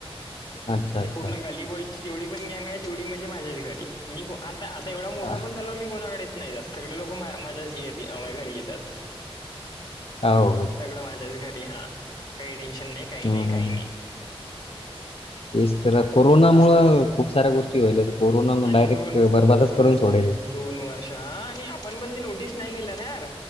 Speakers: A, on the left (about 70°); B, on the left (about 40°).
A: अच्छा
B: हे
A: अच्छा
B: पूर्ण अली बॉयची जेवढी पण गँग आहे तेवढी म्हणजे माझ्याच घरी मी आता आता एवढा मोठा
A: हा
B: पण झालो मी कोणाकडे नाहीत सगळे लोक माझ्या माझ्याच घरी येतात.
A: होय
B: सगळं माझ्याच घरी हा काही टेन्शन नाही काही
A: हम्म
B: नाही काही
A: हम्म
B: नाही.
A: तेच तर कोरोना
B: असं
A: मुळं खूप साऱ्या गोष्टी कोरोना
B: आणि
A: डायरेक्ट
B: दोन
A: बरबादच
B: दोन
A: करून सोडले.
B: दोन वर्ष ह आणि आपण पण ते नोटीस नाही केलं ना यार